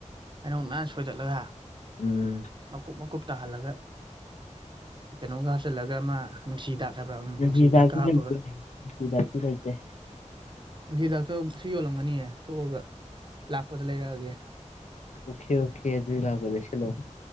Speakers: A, on the right; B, on the left.
A: ꯍꯩꯅꯧ ꯅꯥꯟꯅ ꯁꯣꯏꯗꯠꯂꯒ
B: ꯎꯝ
A: ꯃꯀꯨꯞ ꯃꯀꯨꯞ ꯇꯥꯍꯜꯂꯒ ꯀꯩꯅꯣꯒ ꯍꯥꯞꯆꯤꯜꯂꯒ ꯑꯃ ꯅꯨꯡꯁꯤꯗꯥꯛ ꯍꯥꯏꯕ꯭ꯔꯥꯝ ꯅꯨꯡꯁꯤꯗꯥꯛꯀ
B: ꯍꯤꯗꯥꯛꯇꯤ
A: ꯍꯥꯞꯄꯒ
B: ꯂꯩꯇꯦ ꯍꯤꯗꯥꯛꯇꯤ ꯂꯩꯇꯦ
A: ꯃꯁꯤ ꯗꯥꯛꯇꫭ ꯁꯤ ꯌꯣꯜꯂꯝꯒꯅꯤꯌꯦ ꯊꯣꯛꯑꯒ ꯂꯥꯛꯄꯗ ꯂꯩꯔꯛꯑꯒꯦ
B: ꯎꯈꯦ ꯎꯈꯦ ꯑꯗꯨꯗꯤ ꯂꯥꯛꯄꯗ ꯂꯩꯁꯤꯜꯂꯛꯑꫭ